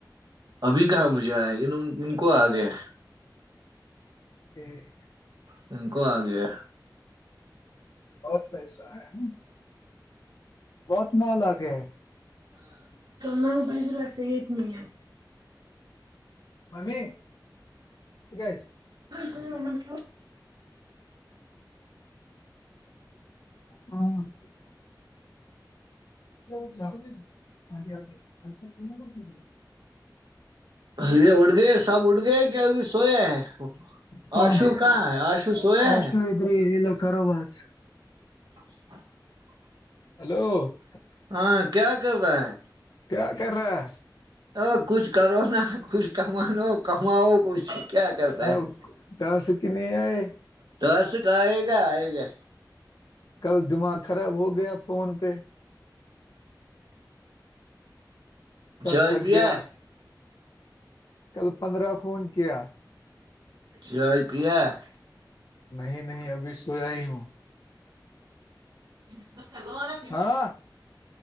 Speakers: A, on the right; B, on the left.
A: ابھی کہاں مجھے آئے ان ان کو آ گیا
B: ٹھ <inaudible>
A: پ کو آ گیا
B: بہت پیسہ ہے ہ بہت ماںال آ گیا ہے
A: ن بلیزر یہ نہیں
B: ممی کہ <inaudible>
A: ہ <inaudible>
B: ہاں <inaudible> گے آگ ساح ک کر <inaudible>
A: یہ اٹ گئے سب اٹھ گئے کہ ابھی سوئے ہیں
B: کون
A: آشو کہاں ہے آشو سویا
B: ہاں
A: ہے
B: سوتری لو خو بات <unintelligible>
A: <inaudible> <unintelligible>
B: ہیلو <unintelligible>
A: ہاں کیا کر رہا ہے
B: کیا کر رہا ہے <unintelligible>
A: ا کچھ کرو نا کچھ کمانو کماؤ کچھ کیا کرتا
B: اب
A: ہے
B: کہاں سے کہ نہیں آئے
A: تو ایس <unintelligible> ہے گا ہے گا <unintelligible>
B: کل دماغ خراب ہو گیا فون پہ <unintelligible> کل
A: چائے
B: تھک
A: پیا
B: گیا <unintelligible> کل پندرہ فون کیا <unintelligible>
A: جائے پیا <unintelligible>
B: نہیں نہیں ابھی سویا ہی ہوں <unintelligible>
A: ج <inaudible> <unintelligible> ھا لانت ت <inaudible>
B: ہاں
A: <unintelligible> ہ <inaudible> <unintelligible>